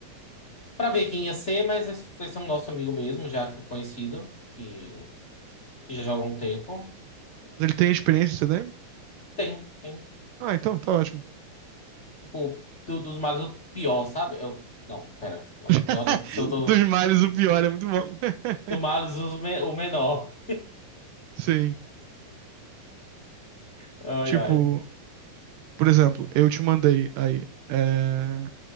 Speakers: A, on the left; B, on the right.
A: pra ver quem ia ser, mas vai vai ser um nosso amigo mesmo, já que é conhecido, que, que já joga há um tempo.
B: Mas Ele tem experiência em CDM?
A: Tem, tem.
B: Ah, então tá ótimo.
A: Tipo, do- dos males, o pior, sabe? Eu- não, pera, não,
B: <laughs>
A: pior não, porque se eu tô.
B: Dos males, o pior é muito bom. <laughs>
A: Do males o me- o menor.
B: Sim.
A: Ai,
B: Tipo,
A: ai.
B: por exemplo, eu te mandei aí. é,